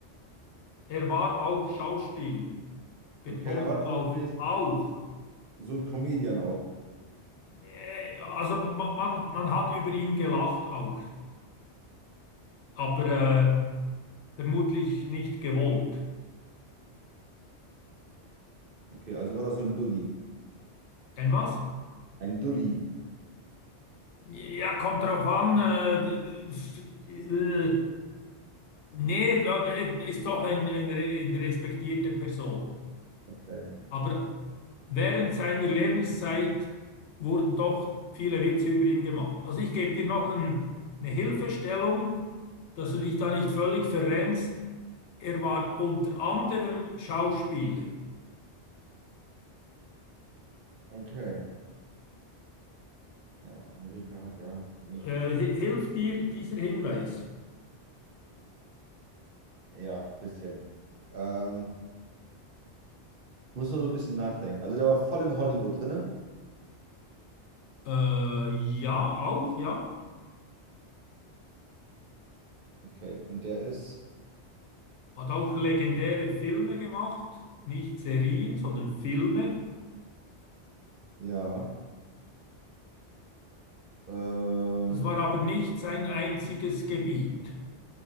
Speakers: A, on the left; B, on the right.
A: er war auch Schauspieler. Betonung
B: Okay, dann war das
A: auf
B: wahrscheinlich
A: auch.
B: so ein Comedian auch.
A: Nee, also, man, man, man hat über ihn gelacht auch, aber äh, vermutlich nicht gewollt.
B: Okay, also war das so ein Dulli.
A: Ein was?
B: Ein Dulli.
A: Ja, kommt drauf an. Äh, äh, nee, ja, äh, ist doch ein, ein, eine respektierte Person.
B: Okay.
A: Aber während seiner Lebenszeit wurden doch viele Witze über ihn gemacht. Also ich gebe dir noch ein, eine Hilfestellung, dass du dich da nicht völlig verrennst. Er war unter anderem Schauspieler.
B: Okay. Ja, Amerika hat ja nicht.
A: Äh, hi- hilft dir dieser Hinweis?
B: Ja, bisschen. Ähm, muss nur so ein bisschen nachdenken. Also der war voll in Hollywood drinne.
A: Äh, ja, auch, ja.
B: Okay, und der ist.
A: hat auch legendäre Filme gemacht, nicht Serien, sondern Filme.
B: Ja. Ähm,
A: Das war aber nicht sein einziges Gebiet.